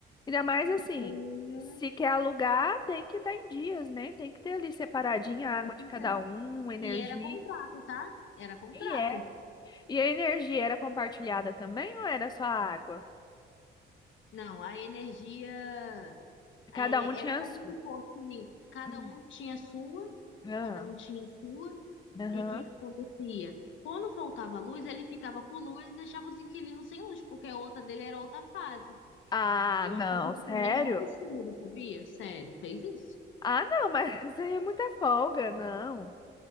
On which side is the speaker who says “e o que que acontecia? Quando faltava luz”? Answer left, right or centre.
Left